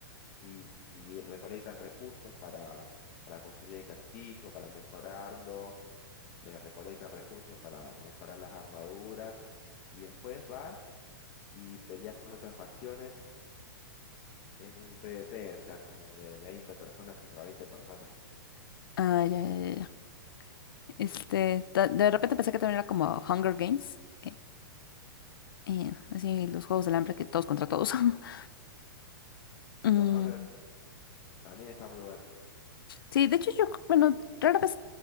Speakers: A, on the left; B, on the left.
A: y, y recolectan recursos para, para construir el castillo, para mejorarlo, se recolectan recursos para mejorar las armaduras y después vas y peleas con otras facciones en un PvP, o sea, como de 20 personas contra 20 personas.
B: Ah, ya, ya, ya. ya. Este, ta- de repente pensé que también era como Hunger Games. eh, eh, así los juegos del hambre que todos contra todos. <laughs> Mm,
A: Los Hunger también está muy bueno,
B: sí, de hecho yo, bueno, rara vez,